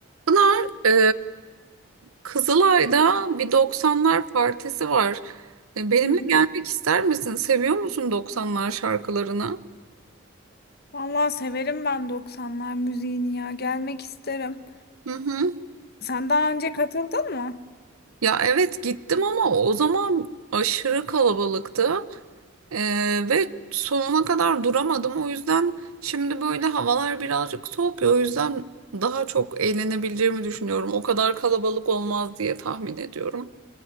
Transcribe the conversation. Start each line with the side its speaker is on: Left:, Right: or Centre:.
Right: Pınar, e, Kızılay'da bir 90'lar partisi var. E, benimle
Left: Hı hı.
Right: gelmek ister misin? Seviyor musun 90'lar şarkılarını?
Left: Vallahi severim ben 90'lar müziğini ya. Gelmek isterim.
Right: Hı hı.
Left: Sen daha önce katıldın mı?
Right: Ya evet gittim ama o zaman aşırı kalabalıktı. E, ve sonuna kadar duramadım. O yüzden şimdi böyle havalar birazcık soğuk ya. O yüzden daha çok eğlenebileceğimi düşünüyorum. O kadar kalabalık olmaz diye tahmin ediyorum.